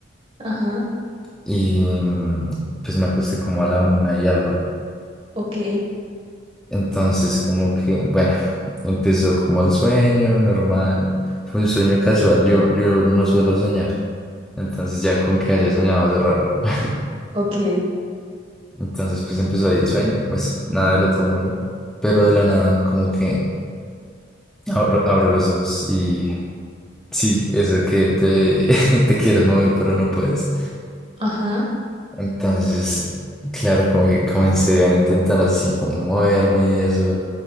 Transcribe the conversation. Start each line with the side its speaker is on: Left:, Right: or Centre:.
Right: Ajá.
Centre: y mm, pues me acosté como a la una y algo.
Right: Ok,
Centre: Entonces, como que, bueno, <laughs> empezó como el sueño normal, fue un sueño casual, yo, yo no suelo soñar, entonces ya con que haya soñado es raro. <laughs>
Right: ok,
Centre: Entonces, pues empezó ahí el sueño, pues nada del otro mundo, pero de la nada, como que abro, abro los ojos y sí, eso que te, <laughs> te quieres mover, pero no puedes.
Right: ajá.
Centre: Entonces, claro, como que comencé a intentar así como moverme y eso.